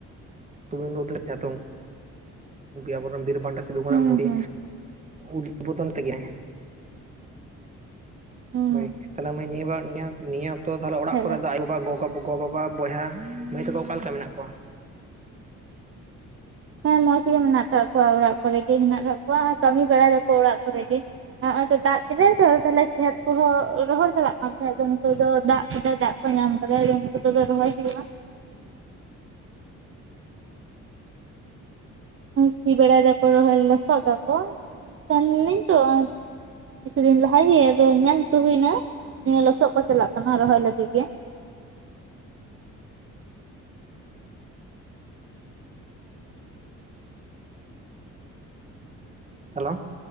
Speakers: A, on the right; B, on the right.
A: ᱥᱩᱵᱮᱱᱫᱨᱚ <unintelligible> ᱟᱵ ᱵᱤᱨᱵᱷᱟᱱᱴᱟ ᱥᱤᱫᱩ ᱜ
B: ᱦᱩᱸ
A: ᱢᱩᱲᱤ
B: ᱦᱩᱸ
A: ᱩᱫᱽᱵᱳᱫᱚᱱ ᱛᱟᱹᱠᱤᱱᱟ
B: ᱦᱩᱸ
A: ᱦᱳᱭ ᱛᱟᱦᱞᱮ ᱱᱤᱭᱟᱹ ᱵᱟᱨ ᱱᱤᱭᱟᱹ ᱚᱠᱛᱚ ᱚᱲᱟᱜ
B: ᱦᱮᱡ
A: ᱠᱚᱨᱮ
B: ᱞᱮᱱ
A: ᱫᱚ
B: ᱜᱮᱭᱟ
A: ᱟᱭᱳᱼᱵᱟᱵᱟ ᱜᱚᱜ ᱜᱚᱼᱵᱟᱵᱟ ᱵᱚᱭᱦᱟ ᱢᱟᱹᱭ ᱛᱟᱠᱚ ᱚᱠᱟ ᱞᱮᱠᱟ ᱢᱮᱱᱟᱜ ᱠᱚᱣᱟ?
B: ᱦᱮᱸ ᱢᱚᱸᱡᱽ ᱜᱮ ᱢᱮᱱᱟᱜ ᱟᱠᱟᱟᱜ ᱠᱚᱣᱟ ᱚᱲᱟᱜ ᱠᱚᱨᱮ ᱜᱮ ᱦᱮᱱᱟᱜ ᱠᱟᱜ ᱠᱚᱣᱟ ᱠᱟᱹᱢᱤ ᱵᱟᱲᱟᱭ ᱫᱟᱠᱚ ᱚᱲᱟᱜ ᱠᱚᱨᱮ ᱜᱮ᱾ ᱱᱚᱦᱚᱭ ᱛᱚ ᱫᱟᱜ ᱠᱮᱫᱟᱭ ᱛᱚ ᱛᱟᱦᱞᱮ ᱠᱷᱮᱛ ᱠᱚᱦᱚᱸ ᱨᱚᱦᱚᱲ ᱪᱟᱞᱟᱜ ᱠᱟᱱ ᱛᱟᱦᱮᱸᱫ ᱱᱤᱛᱚᱜ ᱫᱚ ᱫᱟᱜ ᱠᱚᱞ ᱫᱟᱜ ᱠᱚ ᱧᱟᱢ ᱠᱟᱫᱟ ᱩᱱᱠᱩ ᱨᱚᱦᱚᱭ ᱦᱩᱭᱩᱜᱼᱟ᱾ ᱥᱤᱵᱟᱲᱟᱟᱭ ᱫᱟᱠᱚ ᱨᱚᱦᱚᱭ ᱞᱚᱥᱚᱫ ᱫᱟᱠᱚ ᱥᱮᱱᱞᱮᱱᱟᱹᱧ ᱛᱚ ᱠᱤᱪᱷᱩ ᱫᱤᱱ ᱞᱟᱦᱟ ᱜᱮ ᱟᱫᱚ ᱧᱮᱞ ᱦᱚᱴᱚ ᱦᱩᱭᱱᱟ ᱱᱤᱭᱟᱹ ᱞᱚᱥᱚᱫ ᱠᱚ ᱪᱟᱞᱟᱜ ᱠᱟᱱᱟ ᱨᱚᱦᱚᱭ ᱞᱟᱹᱜᱤᱫ ᱜᱮ
A: ᱦᱮᱞᱳ᱾